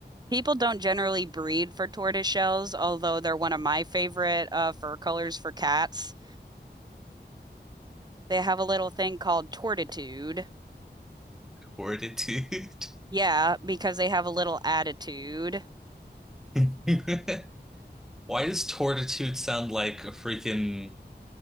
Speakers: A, on the right; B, in the centre.
A: people don't generally breed for tortoiseshells, although they're one of my favorite uh, fur colors for cats. They have a little thing called tortitude.
B: Tortitude.
A: Yeah, because they have a little attitude,
B: <laughs> Why does tortitude sound like a freaking